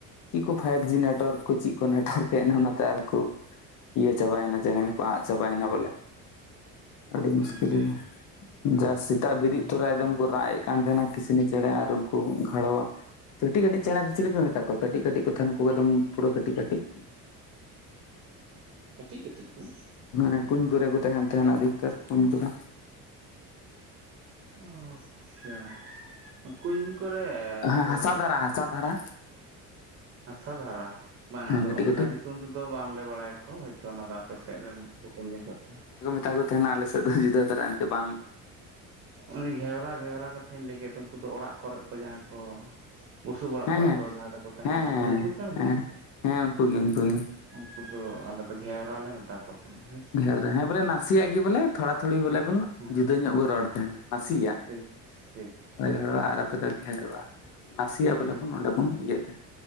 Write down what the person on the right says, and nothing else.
ᱦᱮᱸ
ᱦᱮᱸ
ᱠᱟᱴᱤᱡ ᱠᱟᱴᱤᱡ ᱠᱚ?
ᱟᱪᱪᱷᱟ ᱠᱩᱧ ᱠᱚᱼᱨᱮ
ᱫᱚ,
ᱦᱟᱥᱟ ᱫᱷᱟᱨᱟ? ᱵᱟᱝᱟ
ᱟᱫᱚ
ᱚᱱᱠᱟ
ᱧᱩᱛᱩᱢ ᱛᱮ ᱫᱚ ᱵᱟᱝᱞᱮ ᱵᱟᱲᱟᱭ ᱠᱚ ᱦᱳᱭᱛᱳ ᱚᱱᱟ ᱫᱚ ᱟᱯᱮ ᱥᱮᱫ ᱨᱮᱱ ᱯᱮᱯᱮ 'ᱧᱩᱚᱜ' <inaudible> ᱠᱚᱣᱟ
ᱩᱱᱤ ᱜᱷᱮᱣᱨᱟ ᱜᱷᱮᱣᱨᱟ ᱠᱟᱛᱷᱟᱹᱧ ᱞᱟᱹᱭ ᱠᱮᱫ ᱫᱚ ᱩᱱᱠᱩ ᱫᱚ ᱚᱲᱟᱜ ᱠᱚᱨᱮᱫ ᱠᱚ ᱡᱟᱦᱟ ᱠᱚ, ᱵᱩᱥᱩᱵ ᱚᱲᱟᱜ
ᱠᱚ ᱨᱮ
ᱠᱚ ᱞᱟᱦᱟ ᱛᱮ ᱠᱚ ᱛᱟᱦᱮᱱ
ᱛᱟᱦᱮᱫ ᱫᱚ ᱩᱱᱠᱩ ᱪᱮᱬᱮ
ᱜᱮᱥᱮ?
ᱩᱱᱠᱩ ᱫᱚ ᱟᱞᱮ ᱫᱚ ᱜᱷᱣᱨᱟ ᱞᱮ ᱢᱮᱛᱟ ᱠᱚᱣᱟ᱾ <inaudible>
ᱦᱮᱸ
ᱴᱷᱤᱠ ᱴᱷᱤᱠ ᱴᱷᱤᱠ
ᱦᱮᱸ